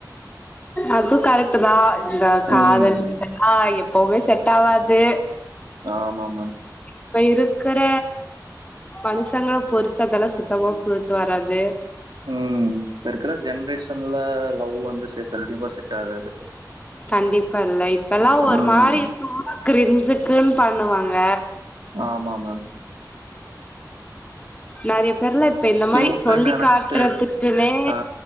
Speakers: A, on the left (about 20°); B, on the right (about 85°).
A: அது கரெக்ட் தா இந்த காதல்ப்ப
B: ம்
A: எப்பவுமே செட் ஆவாது
B: ஆமா மேம்
A: இப்ப இருக்கிற மனுஷங்களை பொறுத்து அதெல்லாம் சுத்தமா பொறுத்து வராது
B: உம் இப்ப இருக்கிற ஜென்ரேஷன்ல லவ் வந்துசெ கண்டிப்பா செட் ஆகாது
A: கண்டிப்பா இல்ல இப்பெல்லாம் ஒரு
B: ம்
A: மாதிரி இரு கிரிஞ்சு திரு பண்ணுவாங்க
B: ஆமா மேம்
A: நிறையப் தெரியல இப்ப இந்த
B: கியூட்டுன்னு
A: மாதிரி சொல்லி்
B: நெனச்சிட்டு
A: காட்டுறதுட்டுன்னே
B: ஆ